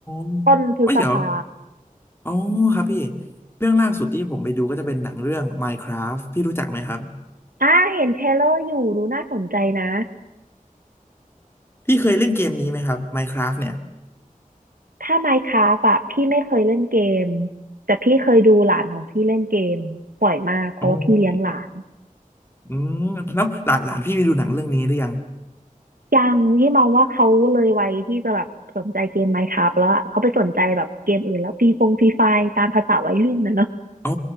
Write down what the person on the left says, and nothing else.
้
โอ้ยเดี๋ยวโอ้ครับพี่เรื่องล่าสุดที่ผมไปดูก็จะเป็นหนังเรื่อง Minecraft พี่รู้จักไหมครับ
พี่เคยเล่นเกมนี้ไหมครับ Minecraft เนี่ย
โอ้อืมแล้วหลานหลานพี่ไปดูหนังเรื่องนี้หรือยัง
อ๋อ